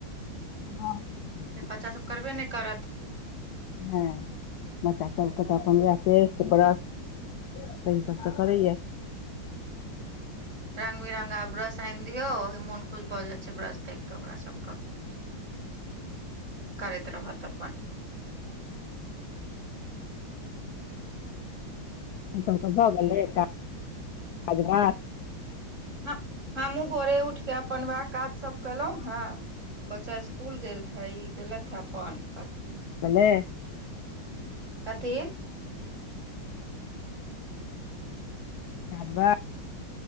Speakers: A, on the left; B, on the right.
A: हँ
B: लेकिन बच्चासभ करबे नहि करत।
A: हँ बच्चा सबके तऽ अपन पेस्ट ब्रश सही सब तऽ करैय।
B: रंग बििरंगग आ ब्रश आनि दियऔ ओहि मोन खुश भऽ जाइ छै ब्रश देख के ओकरा सबके करैत रहत अपन।
A: सभके भऽ गेलै <unintelligible> कभात
B: ह हमहु भोरे उठके अपन वएह काज सब केलहुं हँ बच्चास कुल गेल हे ई गत हे अपन
A: भेलल
B: कथेक
A: चबा